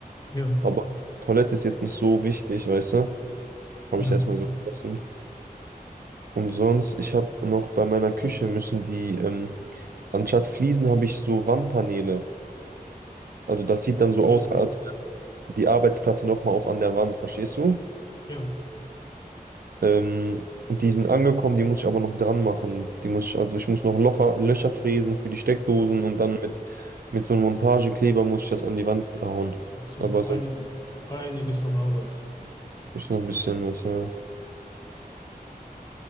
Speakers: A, on the left; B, on the right.
A: Ja,
B: Aber Toilette ist jetzt nicht so wichtig, weißt du? Habe
A: ja,
B: ich erstmal so vergessen. Und sonst, ich habe noch bei meiner Küche müssen die, ähm, anstatt Fliesen habe ich so Wandpaneele. Also das sieht dann so
A: ja,
B: aus, als wäre die Arbeitsplatte nochmal auch an der Wand, verstehst du?
A: ja.
B: Ähm, die sind angekommen, die muss ich aber noch dran machen. Die muss ich, also ich muss noch Locher, Löcher fräsen für die Steckdosen und dann mit, mit so einem Montagekleber muss ich das an die Wand hauen.
A: Das ist doch
B: Aber
A: einig,
B: so
A: einiges an Arbeit.
B: ist noch ein bisschen was, ja.